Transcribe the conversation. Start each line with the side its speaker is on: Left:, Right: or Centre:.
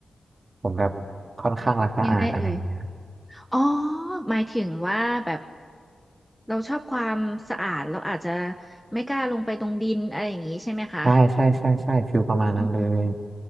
Right: ผมแบบค่อนข้างรักสะอาดอะไรอย่างเงี้ย
Centre: ยังไงเอ่ยอ๋อหมายถึงว่าแบบเราชอบความสะอาดเราอาจจะไม่กล้าลงไปตรงดินอะไรอย่างนี้ใช่ไหมคะ
Right: ใช่ใช่ใช่ใช่ฟิลประมาณนั้นเลย
Centre: อืมอืมอืม